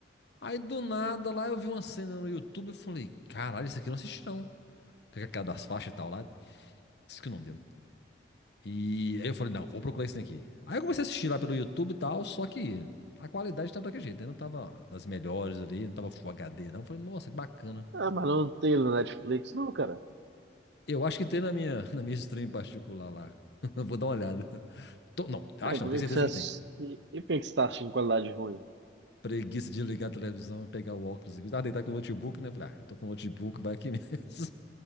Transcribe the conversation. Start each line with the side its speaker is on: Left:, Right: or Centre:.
Left: Aí do nada lá eu vi uma cena no YouTube e falei, caralho, isso aqui eu não assisti, não. Com aquela das faixas e tal lá. Isso que não deu. E aí eu falei, não, vou procurar isso daqui. Aí eu comecei a assistir lá pelo YouTube e tal, só que a qualidade tava daquele jeito, né? Não tava das melhores ali, não tava Full HD, não. Eu falei, nossa, que bacana.
Right: Ah, mas não tem no Netflix, não, cara.
Left: Eu acho que tem na minha, <laughs> na minha stream particular lá. <laughs> Vou dar uma olhada. Tô- não, acho
Right: É, por
Left: não, tenho
Right: que
Left: certeza
Right: que você assisti...
Left: que tem.
Right: E por que que você tá assistindo qualidade ruim?
Left: Preguiça de ligar a televisão e pegar o óculos. aqui. Ah, deitar com o notebook, né? Falei, ah, eu tô com o notebook, vai aqui <laughs> mesmo.